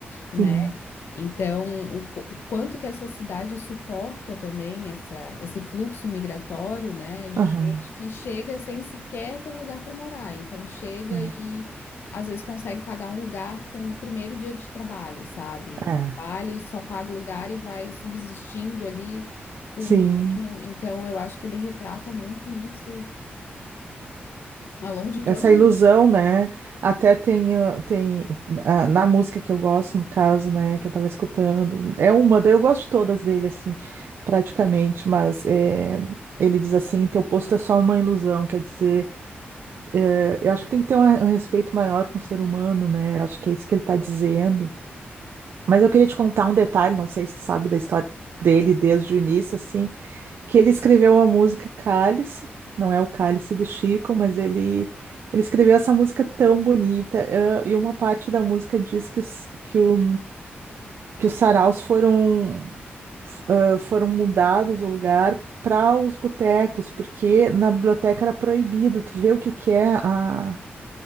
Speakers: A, on the left (about 65°); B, on the right (about 70°).
A: né?
B: sim.
A: Então, o, qu- o quanto que essa cidade suporta também essa, esse fluxo migratório, né, de
B: Aham.
A: gente que chega sem sequer ter um lugar para morar. Então, chega
B: aham.
A: e às vezes consegue pagar um lugar com o primeiro dia de trabalho, sabe?
B: é.
A: Trabalha e só paga o lugar e vai subsistindo ali com
B: Sim.
A: o mínimo. Então, eu acho que ele retrata muito isso ao longo de todo
B: essa
A: mundo.
B: ilusão, né? Até tem, ah, tem ah, na música que eu gosto, no caso, né, que eu tava escutando, é uma, daí eu gosto de todas dele, assim, praticamente, mas é, ele diz assim, teu posto é só uma ilusão, quer dizer, é, eu acho que tem que ter um, um respeito maior com o ser humano, né? Acho que é isso que ele tá dizendo. Mas eu queria te contar um detalhe, não sei se tu sabe da história dele desde o início, assim que ele escreveu a música Cálice, não é o Cálice do Chico, mas ele, ele escreveu essa música tão bonita, eh, e uma parte da música diz que, os, que, o, que os saraus foram, f- ah, foram mudados o lugar para os botecos, porque na biblioteca era proibido, tu vê o que que é a